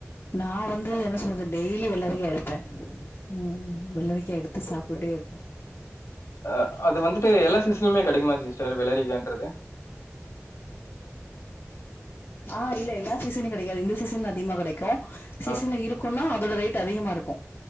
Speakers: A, on the left; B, on the left.
A: நா வந்து என்ன சொல்றது டெய்லி வெள்ளரிக்கா எடுப்ப ம் ம் ம் வெள்ளரிக்கா எடுத்து சாப்ட்டுட்டே இருப்போ
B: ஆ அது வந்துட்டு எல்லா சீசன்லுமே கடைக்குமா சிஸ்டர் வெள்ளரிக்கான்றது
A: ஆ இல்ல எல்லா சீசன்ல கெடைக்காது இந்த சீசன்ல அதிகமா கெடைக் கா சீசன்ல
B: ஆ.
A: இருக்குன்னா அதோட ரேட் அதிகமா இருக்கும்